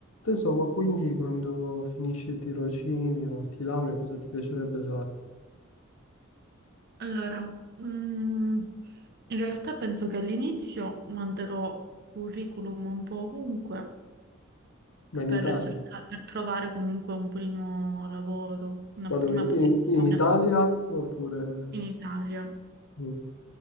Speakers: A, on the left; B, on the right.
A: Insomma, quindi quando finisci il tirocinio e ti laurei, cosa ti piacerebbe fare?
B: Allora, mm, in realtà penso che all'inizio manderò curriculum un po' ovunque
A: Ma in
B: per
A: Italia?
B: cercare, per trovare comunque un primo lavoro, una
A: Ma
B: prima
A: dove? In,
B: posizione
A: in Italia? Oppure...
B: in Italia.
A: mm,